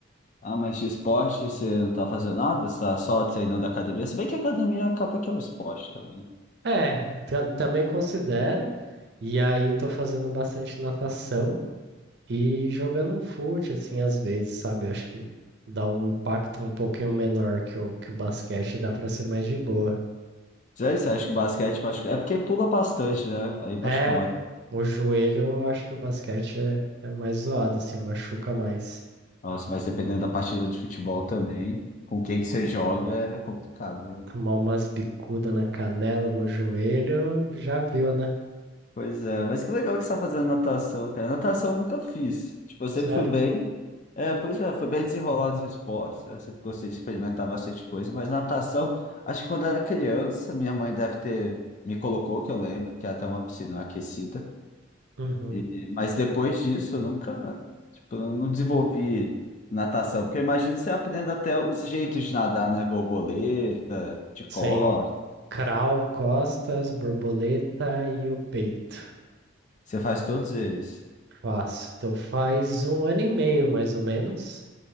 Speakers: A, on the left; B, on the right.
A: Ah, mas de esporte você não tá fazendo nada? Você tá só treinando academia? Se bem que academia acaba que é um esporte também.
B: É, ta- também considero. E aí, tô fazendo bastante natação. E jogando um fute, assim, às vezes, sabe? Acho que dá um impacto um pouquinho menor que o, que o basquete, dá pra ser mais de boa.
A: Sério, você acha que o basquete machuca? É porque pula bastante, né? Aí machuca
B: É,
A: mais.
B: o joelho, eu acho que o basquete é, é mais zoado, assim, machuca mais.
A: Nossa, mas dependendo da partida de futebol também, com quem que você joga é complicado. né?
B: Tomar umas bicudas na canela, no joelho, já viu, né?
A: Pois é, mas que legal que você tá fazendo natação, cara. Natação eu nunca fiz. Tipo, eu sempre
B: Sério?
A: fui bem. É, pois é, fui bem desenrolado nos esportes. Eu sempre gostei de experimentar bastante coisa, mas natação, acho que quando eu era criança, minha mãe deve ter me colocou, que eu lembro, que é até uma piscina aquecida.
B: Uhum.
A: E- e- mas depois disso, eu nunca, tipo, eu não desenvolvi natação, porque eu imagino que você aprenda até os jeitos de nadar, né? Borboleta, de cor,
B: Sim. Crawl, costas, borboleta e o peito.
A: você faz todos eles.
B: Faço. Então faz um ano e meio, mais ou menos.